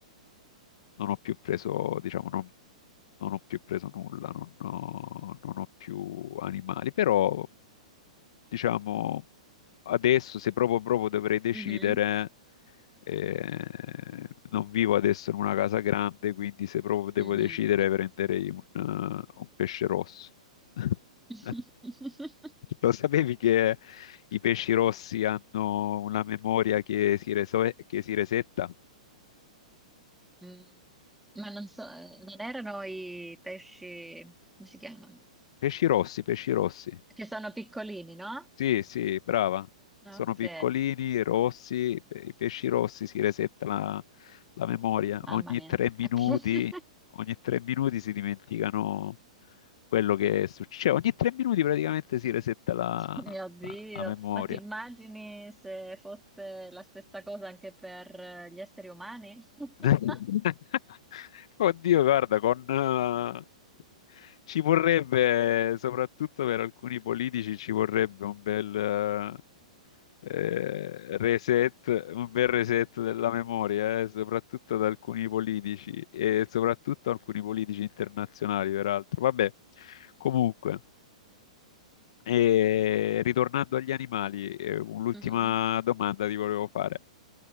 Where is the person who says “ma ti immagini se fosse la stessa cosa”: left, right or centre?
Centre